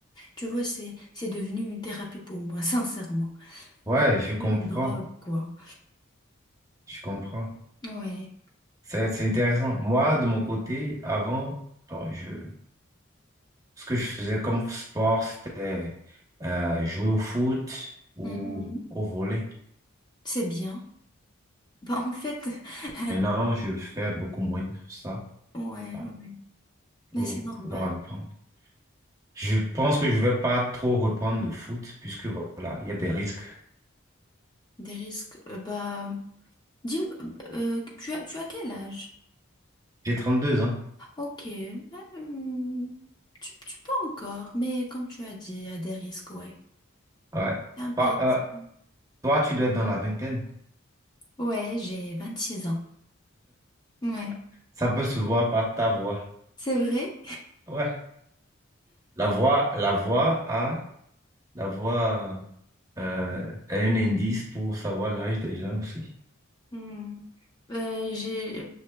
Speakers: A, on the left; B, on the right.
A: Tu vois, c'est, c'est devenu une thérapie pour moi, <laughs> sincèrement.
B: Ouais,
A: Euh,
B: je
A: Une
B: comprends.
A: drogue, quoi.
B: Je comprends.
A: Ouais.
B: C'est, c'est intéressant. Moi, de mon côté, avant, bon, je, ce que je faisais comme sport, c'était euh, jouer au foot ou
A: Mhm.
B: au volley.
A: C'est bien. Bah, en fait, <laughs>
B: Maintenant, je fais beaucoup moins de ça.
A: ouais,
B: Il
A: ouais.
B: faudra
A: Mais c'est normal.
B: reprendre. Je pense que je vais pas trop reprendre le foot puisque voilà, il y a des risques.
A: Des risques. Euh, Bah, dis, euh, tu as, tu as quel âge?
B: J'ai 32 ans.
A: Ok. bah, hum, tu, tu peux encore, mais comme tu as dit, il y a des risques, ouais.
B: Ouais.
A: C'est un peu
B: Bah,
A: risqué.
B: euh, toi, tu dois être dans la vingtaine.
A: Ouais, j'ai vingt six ans. Ouais.
B: Ça peut se voir par ta voix.
A: C'est vrai?
B: Ouais. La voix, la voix a, la voix euh, a un indice pour savoir l'âge des gens aussi.
A: Hmm. Euh, j'ai,